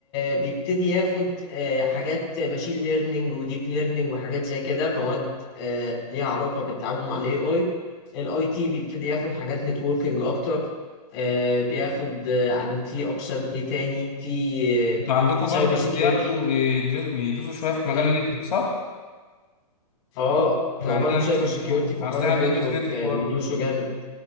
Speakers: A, on the left (about 40°); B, on the left (about 75°).
A: بيبتدي ياخد آه، حاجات ماشين ليرنينج وديب ليرنينج وحاجات زي كده مواد آه، ليها علاقه بالتعامل مع الاي اي الاي تي بيبتدي ياخد حاجات نتوركينج اكتر آه، بياخد آه، عن في اقسام ايه تاني في
B: انتوا عندكم
A: سايبر
B: برضه
A: سيكيورتي
B: بياخدوا بيدرس... بيدوسوا شويه في مجال
A: امم
B: النتورك صح؟
A: اه
B: احنا
A: برضه
B: عندنا
A: سايبر
B: نفس الحوار
A: سيكيورتي في
B: اصل
A: حوار
B: احنا
A: النتورك
B: بندرس نتورك
A: آه،
B: برضه
A: بيدوسوا جامد